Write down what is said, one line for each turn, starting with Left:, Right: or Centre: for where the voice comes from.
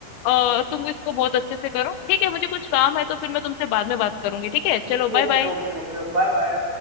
Left: अ, तुम इसको बहुत अच्छे से करो ठीक है मुझे कुछ काम है तो फिर मैं तुमसे बाद में बात करूंगी ठीक है
Right: Okay
Left: चलो बाय
Right: okay
Left: बाय
Right: okay okay bye bye